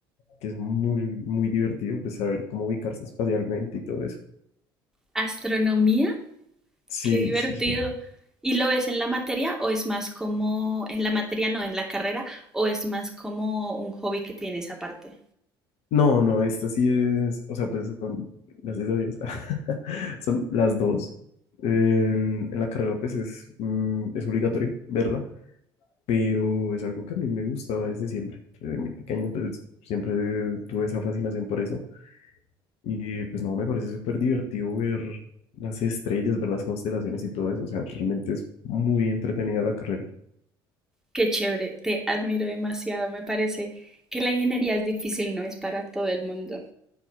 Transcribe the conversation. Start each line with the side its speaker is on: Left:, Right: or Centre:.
Left: que es muy, muy divertido, pues saber cómo ubicarse espacialmente y todo eso.
Centre: Astronomía,
Left: Sí,
Centre: qué divertido.
Left: sí.
Centre: ¿Y lo ves en la materia o es más como, en la materia no, en la carrera, o es más como un hobby que tienes aparte?
Left: No, no, esta sí es, o sea, pues son, gracias a Dios, <laughs> son las dos. En, en la carrera, pues es, mm, es obligatorio verla. pero es algo que a mí me gustaba desde siempre. Desde muy pequeño, pues siempre tuve esa fascinación por eso. Y pues no, me parece súper divertido ver las estrellas, ver las constelaciones y todo eso. O sea, realmente es muy entretenida la carrera.
Centre: Qué chévere, te admiro demasiado. Me parece que la ingeniería es difícil, no es para todo el mundo.